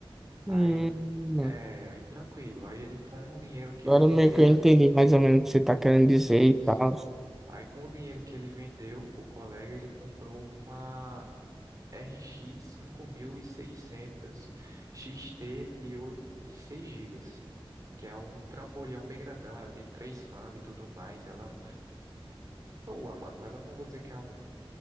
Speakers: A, on the right (about 40°); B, in the centre.
A: Aí,
B: Hum.
A: é, aí tranquilo. Aí ele com o dinheiro que
B: Agora
A: ele vendeu,
B: meio que eu entendi mais ou menos o que você tá querendo
A: sim,
B: dizer e tal.
A: sim. Aí com o dinheiro que ele vendeu pro colega, ele comprou uma RX 5600 XT de, 8 de 6 gigas, que é um trambolhão bem grandão. Ela tem três fãs e tudo mais. Ela boa, mano. Ela não vou dizer que é um